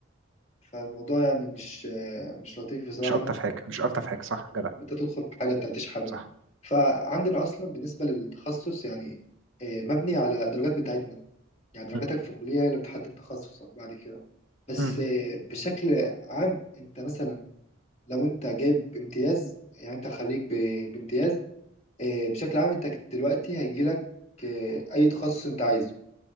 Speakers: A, on the left; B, on the right.
A: فالموضوع يعني مش آه، مش لطيف بصراحه
B: مش ألطف حاجة مش ألطف حاجة صح جدع
A: انت تدخل في حاجه انت مش حاببها
B: صح
A: فعندنا اصلا بالنسبه للتخصص يعني آه، مبني على الدرجات بتاعتنا يعني درجاتك
B: م.
A: في الكليه هي اللي بتحدد تخصصك بعد كده بس
B: مم.
A: آه، بشكل عام انت مثلا لو انت جايب امتياز يعني انت خريج ب- بامتياز آه، بشكل عام انت دلوقتي هيجي لك آه، اي تخصص انت عايزه